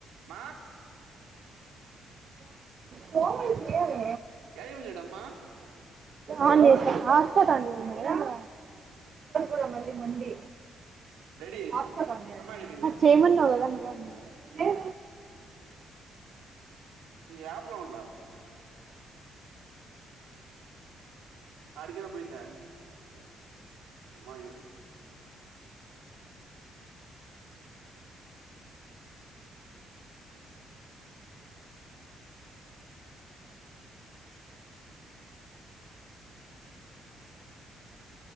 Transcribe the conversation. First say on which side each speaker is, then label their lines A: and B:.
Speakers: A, on the right; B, on the right.
A: మ
B: ఫోన్ చేయాలి
A: యడికివెనంట అమ్మ
B: అన్ చేస్తా హాట్స్పాట్ చెయ్ మా బ్రో మళ్లీ మండి
A: రెడీ
B: హాట్స్పాట్ అన్
A: అమ్మా
B: చేయమనన
A: ఏమైంది
B: చేయమనవ్ గా నువ్వే లేదే
A: అసల్అప్ లో ఉండా అడిగనా పోయిద మాయ